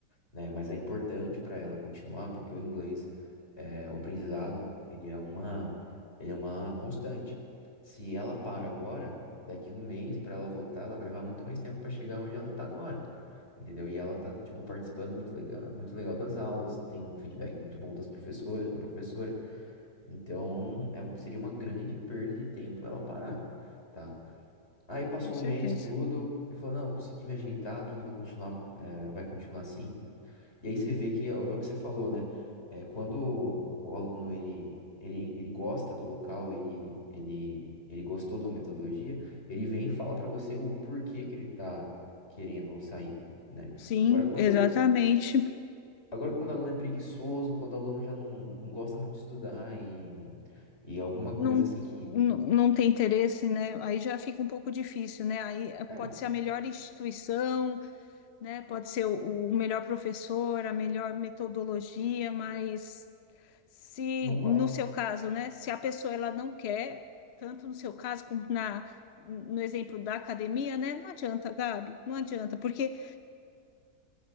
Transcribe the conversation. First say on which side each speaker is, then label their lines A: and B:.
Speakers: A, on the left; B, on the left.
A: né? Mas é importante para ela continuar, porque o inglês, é, o aprendizado, ele é uma, ele é uma constante. Se ela para agora, daqui um mês para ela voltar, ela vai levar muito mais tempo para chegar onde ela tá agora. Entendeu? E ela tá, tipo, participando muito legal, muito legal das aulas, tem um feedback muito bom das professoras, da professora. Então, é- seria uma grande perda de tempo ela parar, tá? Aí passou
B: com certeza.
A: um mês, tudo, e falou, não, eu consegui me ajeitar, tudo, vou continuar, eh, vai continuar assim. E aí você vê que é, o é o que você falou, né? É, quando o, o aluno ele, ele, ele gosta do local, ele, ele, ele gostou da metodologia, ele vem e fala para você o porquê que ele está querendo sair, né?
B: Sim,
A: Agora, quando,
B: exatamente.
A: agora, quando o aluno é preguiçoso, quando o aluno já não, não gosta muito de estudar e, e alguma
B: Não,
A: coisa assim que...
B: não, não tem interesse, né? Aí já fica um pouco difícil, né? Aí eh,
A: É,
B: pode ser a melhor instituição, né? Pode ser o, o melhor professor, a melhor metodologia, mas se
A: não vai.
B: no seu caso, né? Se a pessoa ela não quer, tanto no seu caso como na, no exemplo da academia, né? Não adianta, Gabi, não adianta, porque